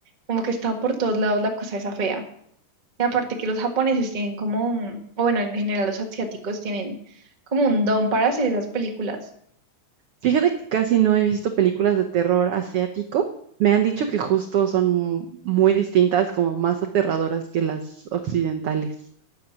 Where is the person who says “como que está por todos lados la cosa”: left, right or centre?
Right